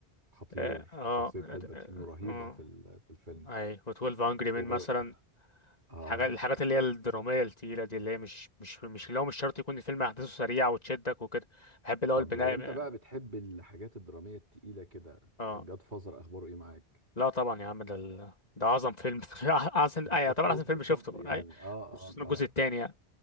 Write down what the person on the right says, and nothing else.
خطير
شخصية الباتشينو رهيبة
في ال- في الفيلم
و...
اه
طب
لو انت بقى بتحب الحاجات الدرامية التقيلة كده
الجاد فازر اخباره ايه معاك
الطب
الطب
يعني
اه
اه
اه